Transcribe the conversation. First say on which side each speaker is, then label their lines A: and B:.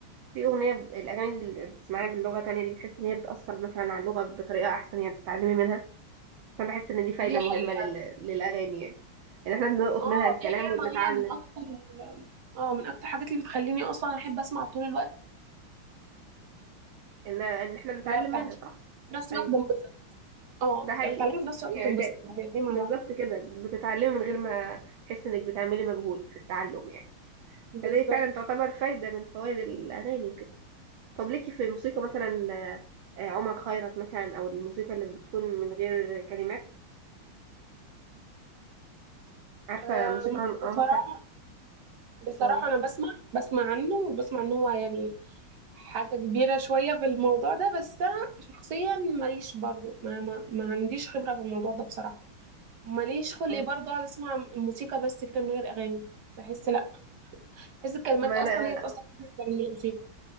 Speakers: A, on the right; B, on the right.
A: في اغنيه ب- الاغاني اللي بتسمعيها باللغه تانية دي بتحس ان هي بتاثر مثلا على اللغه بطريقه احسن يعني بتتعلمي منها فانا بحس ان دي فايده
B: دي
A: مهمه
B: حقيقة
A: لل... للاغاني يعني ان احنا بنلقط
B: اه
A: منها الكلام
B: دي حقيقة
A: وبنتعلم
B: ما هي من أكتر ال- اه من أكتر الحاجات اللي بتخليني أصلا أحب أسمع طول الوقت
A: ان ان احنا بنتعلم
B: اللغة بتاعتي
A: منها صح
B: في نفس
A: ايوه
B: الوقت بنبسط اه
A: ده
B: بتبقى
A: حقيقي
B: بتعلمي في نفس
A: يعني
B: الوقت بتنبسط
A: ت...
B: الاتنين مع
A: بالظبط
B: بعض
A: كده بتتعلمي من غير ما تحس انك بتعملي مجهود في التعلم يعني
B: بالظبط
A: فدي فعلا تعتبر فايده من فوائد الاغاني وكده طب ليكي في الموسيقى مثلا آه، آه، عمر خيرت مثلا او الموسيقى اللي بتكون من غير كلمات عارفه
B: آم،
A: موسيقى عم- عمر
B: بصراحة
A: خيرت
B: بصراحة
A: اه
B: أنا بسمع بسمع عنه وبسمع إن هو يعني حاجة كبيرة شوية في الموضوع ده بس أنا شخصيا ماليش برضو ما, ما, ما عنديش خبرة في الموضوع ده بصراحة ماليش خلق
A: آه.
B: برضه اقعد اسمع موسيقى بس كده من غير اغاني بحس لا بحس الكلمات
A: ما
B: اصلا
A: انا
B: هي بتاثر عليا أكتر من الموسيقى